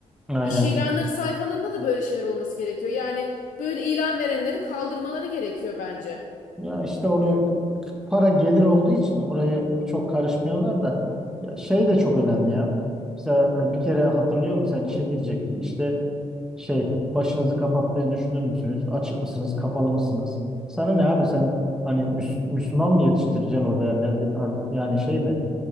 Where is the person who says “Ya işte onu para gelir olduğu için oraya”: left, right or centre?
Centre